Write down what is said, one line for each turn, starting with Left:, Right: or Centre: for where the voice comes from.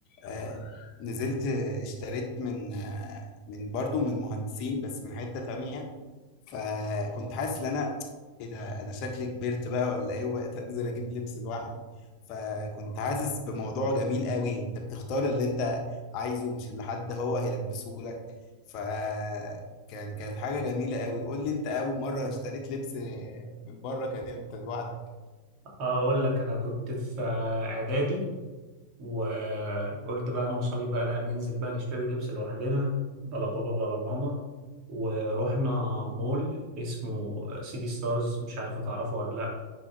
Left: آه، نزلت اشتريت من آه، من برضو من مهندسين بس من حته تانية فكنت حاسس ان انا ايه ده انا شكلي كبرت بقى ولا ايه وبقيت انزل اجيب لبس لوحدي فكنت حاسس بموضوع جميل قوي انت بتختار اللي انت عايزه مش اللي حد هو هيلبسه لك ف كان كانت حاجه جميله قوي قول لي انت اول مره اشتريت لبس من بره كان امتى لوحدك
Right: اقول لك انا كنت في آه، اعدادي وقلت بقى انا واصحابي بقى لا ننزل بقى نشتري لبس لوحدنا بلا بابا بلا ماما ورحنا مول اسمه سيتي ستارز مش عارف اتعرفه ولا لا